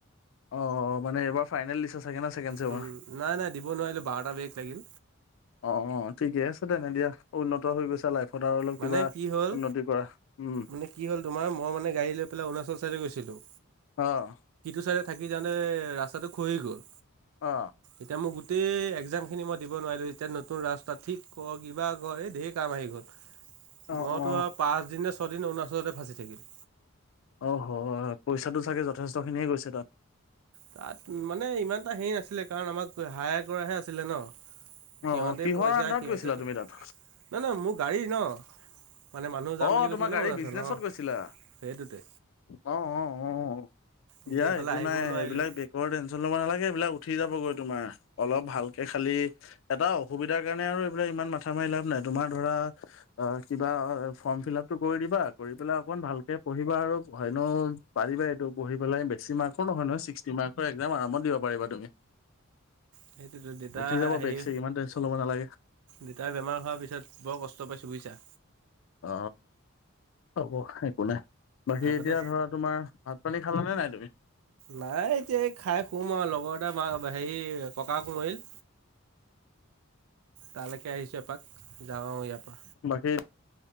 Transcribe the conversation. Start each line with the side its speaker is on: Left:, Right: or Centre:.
Left: অ, মানে এইবাৰ ফাইনেল লিষ্ট আ ছেকেন্ড ছেমৰ
Right: উম, নাই নাই দিব নোৱাৰিলোঁ বাৰটা বেগ লাগিল
Left: অ', অ', ঠিকে আছে। তেনে দিয়া উন্নত হৈ গৈছা, লাইফত আৰু অলপ
Right: মানে
Left: কিবা
Right: কি হ'ল
Left: উন্নতি কৰা। উম
Right: মানে কি হ'ল তোমাৰ মই মানে গাড়ী লৈ পেলাই অৰুণাচল চাইডে গৈছিলো।
Left: আহ।
Right: ওচ থাকি কাৰণে ৰাস্তাটো খহি গল'
Left: অ
Right: এতিয়া মই গোটেই একজামখিনি মই দিব নোৱাৰিলোঁ। এতিয়া নতুন ৰাস্তা ঠিক কৰ, কিবা কৰ, এই ঢেৰ কাম আহি গ'ল।
Left: অ
Right: মইতো
Left: অ
Right: আৰু পাঁচদিন নে, ছদিন অৰুণাচলতে ফাঁচি থাকিলোঁ।
Left: অ, হয়, পইচাটো চাগে যথেষ্টখিনিহে গৈছে তাত।
Right: তাত মানে ইমান এটা হেৰি নাছিলে কাৰণ আমাক হায়াৰ কৰাহে আছিলে ন।
Left: অ
Right: সিহঁতে
Left: অ কিহৰ
Right: পইচা
Left: আন্ধাৰত
Right: সিহঁতে
Left: গৈছিলা
Right: নহ,
Left: তুমি তাত
Right: নহ, মোৰ গাড়ী ন। মানে মানুহ যাম
Left: আহ,
Right: বুলি কৈছিলে
Left: তোমাৰ
Right: ন
Left: গাড়ী
Right: অৰুণাচল
Left: বিজনেচত
Right: অ।
Left: গৈছিলা
Right: সেইটোতে
Left: আহ, অ, আহ।
Right: এতিয়া
Left: দিয়া
Right: এইফালে
Left: একো
Right: আহিবও
Left: নাই,
Right: নোৱাৰিলোঁ
Left: এইবিলাক বেকাৰ টেনচন ল'ব নালাগে। এইবিলাক উ উঠি যাবগৈ তোমাৰ অলপ ভালকে খালি এটা অসুবিধাৰ কাৰণে আৰু এইবিলাক ইমান মাথা মাৰি লাভ নাই। তোমাৰ ধৰা আ কিবা ফৰ্ম ফিল আপটো কৰি দিবা, কৰি পেলাই অকন ভালকে পঢ়িবা আৰু হেনৌ পাৰিবা এইটো পঢ়ি পেলাই বে বেছি মাৰ্কৰ নহয় নহয় ছিকষ্টি মাৰ্কৰ একজাম আৰামত দিব পাৰিবা তুমি।
Right: সেইটোতে দেউতা
Left: উঠি যাব
Right: হেৰি
Left: বেক ছেক ইমান টেনশ্যন ল'ব নালাগে
Right: দেউতাৰ বেমাৰ হোৱাৰ পিছত বৰ কষ্ট পাইছো বুইছা।
Left: অ হ'ব একো নাই। বাকী
Right: আগতে
Left: এতিয়া ধৰা তোমাৰ, ভাত-পানী খালানে নাই তুমি?
Right: নাই এতিয়া এই খাই শুম আও লগৰ এটা বা হেৰি ককাক মৰিল তালেকে আহিছো এপাক, যাওঁ আৰু ইয়াৰ পৰা।
Left: বাকী